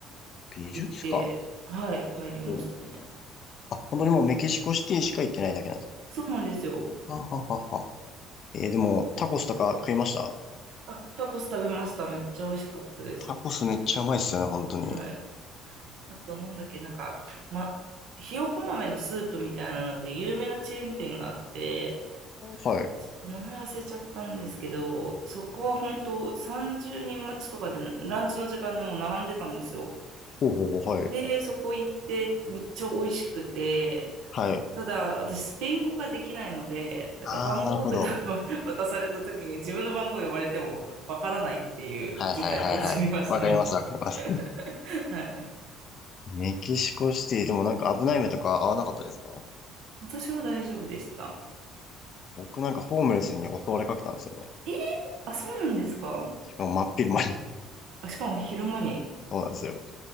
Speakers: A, on the left; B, on the right.
A: 美術館
B: 行って、はい、帰りましたね。
A: おあ、本当にもうメキシコシティしか行ってないだけなんです。
B: そうなんですよ。
A: はははは。えーでも、タコスとか食いました
B: あ、タコス食べました。めっちゃ美味しかったです。
A: タコスめっちゃうまいっすよね、本当に。
B: はい。あと、なんだっけ、なんか、ま、ひよこ豆のスープみたいなので、有名なチェーン店があって、
A: はい。
B: ちょっと名前忘れちゃったんですけど、そこは本当30人待ちとかで、ランチの時間でもう並んでたんですよ。
A: ほうほうほう、はい。
B: で、そこ行って、めっちゃ美味しくて、
A: はい。
B: ただ、私、スペイン語ができないので、なんか番号札を
A: ああ、なるほど。
B: <laughs> 渡された時に自分の番号呼ばれてもわからないっていう事態に陥りましたね。
A: はいはいはいはい。わかります、わかります。
B: <laughs> はい。
A: メキシコシティ、でもなんか危ない目とか合わなかったですか
B: 私は大丈夫でした。
A: 僕なんかホームレスに襲われかけたんですよね。
B: えーあ、そうなんですか
A: しかも真っ昼間に。
B: あ、しかも昼間に、
A: <laughs> そうなんですよ。